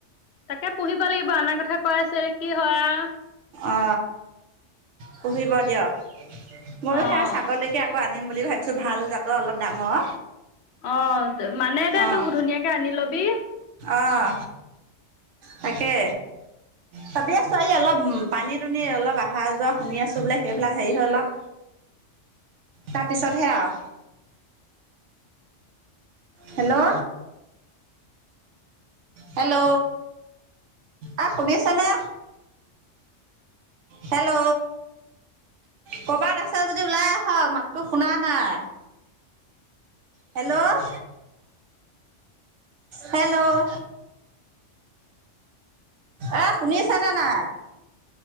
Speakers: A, on the left; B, on the right.
A: তাকে পুহিব লাগিব আনাৰ কথা কৈ আছিল কি হয় আও।
B: অ পুহিব দিয়ক। মইয়ো
A: অ
B: সেয়া ছাগলকে আকৌ আন- আনিম বুলি ভাবিছোঁ ভাল জাতৰ অলপ ডাঙৰ।
A: অ মানে দে
B: অঁ
A: তোক ধুনীয়াকে আনি লবি।
B: অঁ তাকে ভাবি আছো এই অলপ। পানী দুনি অলপ অহা যোৱা শুনি আছোঁ বোলে সেইবিলাক হেৰি হৈ লওক তাৰপিছতহে আও। হেল্ল' হেল্ল' আহ শুনিছেনে? হেল্ল' কৰ'বাত আছে যদি ওলাই আহক মাতটো শুনা নাই। হেল্ল' হেল্ল' অ শুনিছনে নাই